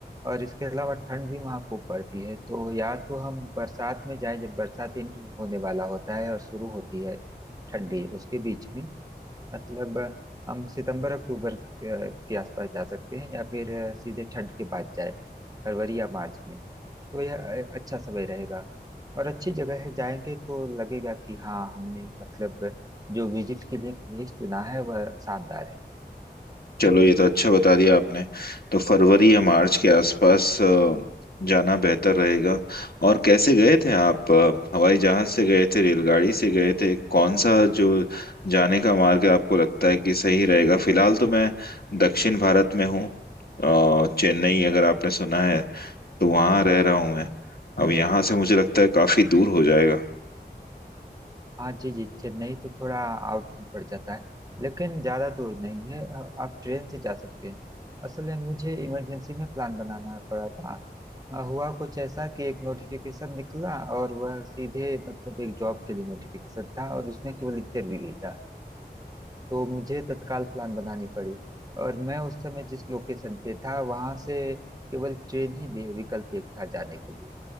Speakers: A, on the right; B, on the left.
A: और इसके अलावा ठंड भी वहाँ खूब पड़ती है तो या तो हम बरसात में जाएं जब बरसात एंड होने वाला होता है और शुरू होती है ठंडी उसके बीच में मतलब अ, हम सितंबर अक्टूबर के के आसपास जा सकते हैं या फिर अ, सीधे ठंड के बाद जाए फरवरी या मार्च में तो यह अ- अच्छा समय रहेगा और अच्छी जगह है जाएंगे तो लगेगा कि हाँ हमने मतलब जो विजिट के लिए प्लेस चुना है वह शानदार है
B: चलो ये तो अच्छा बता दिया आपने तो फरवरी या मार्च के आसपास अ, जाना बेहतर रहेगा और कैसे गए थे आप अ, हवाई जहाज से गए थे रेलगाड़ी से गए थे कौन सा जो जाने का मार्ग आपको लगता है कि सही रहेगा फिलहाल तो मैं दक्षिण भारत में हूँ अ, चेन्नई अगर आपने सुना है तो वहाँ रह रहा हूँ मैं अब यहाँ से मुझे लगता है काफी दूर हो जाएगा
A: हाँ जी जी चेन्नई तो थोड़ा आउट पड़ जाता है लेकिन ज़्यादा दूर नहीं है अ- आप ट्रेन से जा सकते हैं असल में मुझे इमरजेंसी में प्लान बनाना पड़ा था अ, हुआ कुछ ऐसा कि एक नोटिफिकेशन निकला और वह सीधे मतलब एक जॉब के लिए नोटिफिकेशन था और उसमें केवल इंटरव्यू ही था तो मुझे तत्काल प्लान बनानी पड़ी और मैं उस समय जिस लोकेशन पे था वहां से केवल ट्रेन ही बे- विकल्प एक था जाने के लिए